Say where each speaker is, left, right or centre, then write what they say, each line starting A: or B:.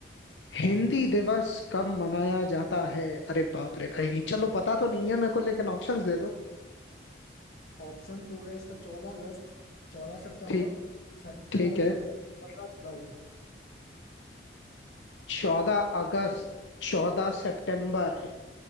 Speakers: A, on the left (about 80°); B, on the left (about 55°).
A: हिंदी दिवस कब मनाया जाता है अरे बाप रे भाई चलो पता तो नहीं है मेरे को लेकिन ऑप्शंस दे दो
B: ऑप्शन हो गए इसका चौदह अगस्त चौदह सितंबर
A: ठीक
B: छब्बीस
A: ठीक
B: जनवरी
A: है
B: पंद्रह जुलाई
A: चौदह अगस्त चौदह सितंबर